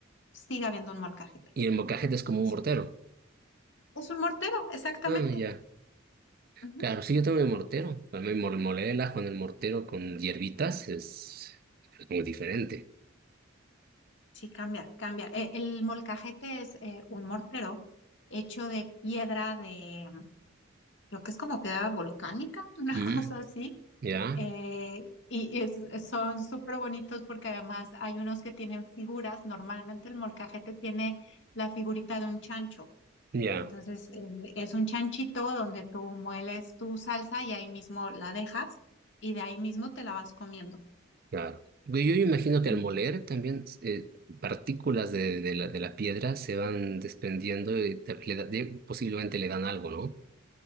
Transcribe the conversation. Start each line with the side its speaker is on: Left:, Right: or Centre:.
Left: sigue habiendo un molcajete.
Right: y el molcajete es como
Left: Es,
Right: un mortero.
Left: es un mortero, exactamente.
Right: Ah, ya.
Left: Ujú.
Right: Claro, sí, yo tengo mi mortero. también mol- moler el ajo en el mortero con hierbitas es, es muy diferente.
Left: Sí, cambia, cambia. Eh, el molcajete es eh, un mortero hecho de piedra de, creo que es como piedra volcánica, <laughs> una
Right: Mm,
Left: cosa así
Right: Ya,
Left: Eh, y y es- son súper bonitos porque además hay unos que tienen figuras. Normalmente el molcajete tiene la figurita de un chancho.
Right: ya,
Left: Entonces eh, es un chanchito donde tú mueles tu salsa y ahí mismo la dejas y de ahí mismo te la vas comiendo.
Right: claro. Yo, yo imagino que
Left: Ujú.
Right: al moler también eh, partículas de, de la, de la piedra se van desprendiendo y te- le da- de- posiblemente le dan algo, ¿no?